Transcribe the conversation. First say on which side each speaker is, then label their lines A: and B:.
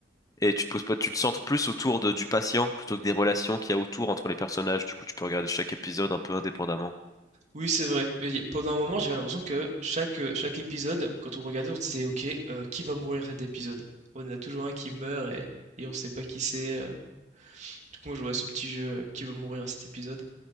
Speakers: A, on the left; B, on the right.
A: et tu te poses pas, tu te centres plus autour de, du patient plutôt que des relations qu'il y a autour entre les personnages. Du coup, tu peux regarder chaque épisode un peu indépendamment.
B: Oui, c'est vrai. Mais y- pendant un moment, j'avais l'impression que chaque, euh, chaque épisode, quand on regardait, on se disait, OK, euh, qui va mourir cet épisode? On a toujours un qui meurt et, et on sait pas qui c'est. euh. Du coup, moi, je jouais à ce petit jeu, euh, qui va mourir cet épisode?